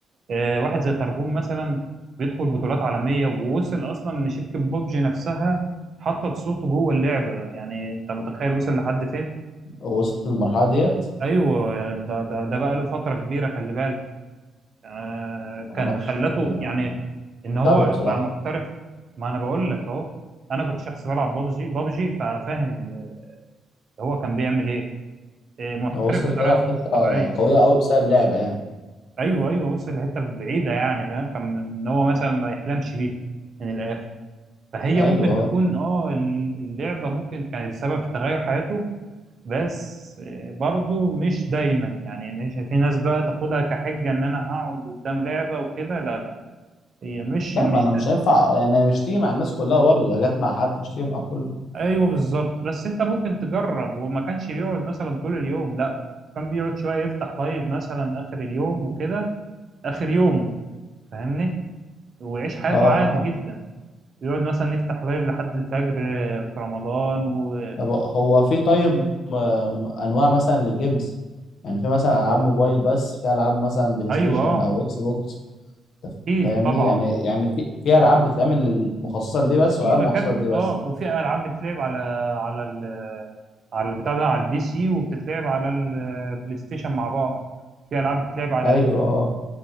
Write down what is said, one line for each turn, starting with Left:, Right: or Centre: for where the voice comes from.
Right: آه واحد زي تربون مثلا بيدخل بطولات عالمية ووصل اصلا ان شركة بوبجي نفسها حطت صوته جوه اللعبة يعني انت متخيل وصل لحد فين
Left: هو وصل للمرحلة ديت
Right: ايوه يعني ده ده ده بقى له فترة كبيرة خلي بالك آه،
Left: معرفش
Right: كان خلته
Left: أنا
Right: يعني ان
Left: متابعه
Right: هو
Left: بصراحة
Right: بقى محترف ما انا بقول لك اهو انا كنت شخص بلعب بابجي بابجي ففاهم ال- هو كان بيعمل ايه آه، محترف
Left: هو وصل
Right: بطريقه
Left: كده في حتة
Right: مش طبيعيه
Left: قوية أوي بسبب لعبة يعني
Right: ايوه ايوه بص الحته بعيده يعني فاهم كان من- ان هو مثلا ما يحلمش بيه من الاخر فهي
Left: أيوه
Right: ممكن
Left: أه
Right: تكون اه ال- اللعبه ممكن كانت سبب في تغير حياته بس آه، برضه مش دايما يعني مش في ناس بقى تاخدها كحجه ان انا هقعد قدام لعبه وكده لا لا هي مش
Left: لا
Right: مش
Left: ما أنا مش هينفع يعني مش تيجي مع الناس كلها برضه هي جت مع حد مش تيجي مع كل
Right: ايوه بالظبط بس انت ممكن تجرب وما كانش بيقعد مثلا طول اليوم لا كان بيقعد شويه يفتح لايف مثلا اخر اليوم وكده اخر يومه فاهمني ويعيش حياته
Left: أه
Right: عادي
Left: عن-
Right: جدا يقعد مثلا يفتح لايف لحد الفجر آه، في رمضان و...
Left: طب هو في طيب م- أنواع مثلا للجيمز يعني في مثلا ألعاب موبايل بس في ألعاب مثلا بلاي
Right: ايوه
Left: ستيشن
Right: آه،
Left: أو إكس بوكس
Right: اكيد
Left: فاهمني
Right: طبعا
Left: يعني يعني في في ألعاب بتتعمل لل- مخصصة لدي بس
Right: وفي
Left: وألعاب مخصصة
Right: أكم...
Left: لدي بس
Right: اه وفي العاب بتتلعب على على ال... على البتاع ده على البي سي وبتتلعب على البلاي ستيشن مع بعض في العاب بتتلعب على
Left: أيوه